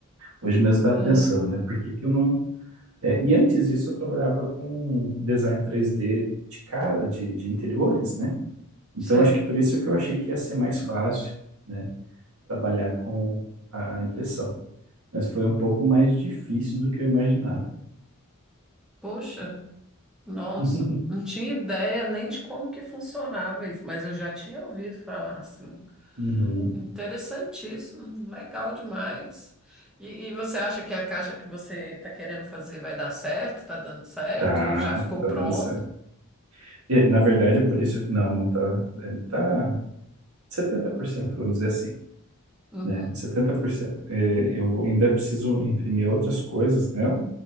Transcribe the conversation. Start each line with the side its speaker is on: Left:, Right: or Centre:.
Right: Hoje mesmo eu
Centre: Ah,
Right: estava pensando, né? Por que que eu não. é, e antes disso eu trabalhava com design 3D de casa, de, de interiores, né? Então
Centre: sei.
Right: acho que por isso que eu achei que ia ser mais fácil, né? Trabalhar com a, a impressão. Mas foi um pouco mais difícil do que eu imaginava.
Centre: Poxa, nossa,
Right: <laughs>
Centre: não tinha ideia nem de como que funcionava isso, mas eu já tinha ouvido falar assim.
Right: Uhum.
Centre: Interessantíssimo, legal demais. E, e você acha que a caixa que você está querendo fazer vai dar certo? Está dando certo?
Right: Tá,
Centre: Já ficou
Right: tá
Centre: pronto?
Right: dando certo. E, na verdade, por isso. Não, não tá. é, Tá setenta por cento vamos dizer assim.
Centre: Uhum,
Right: né? 70%. É, eu ainda preciso imprimir outras coisas nela,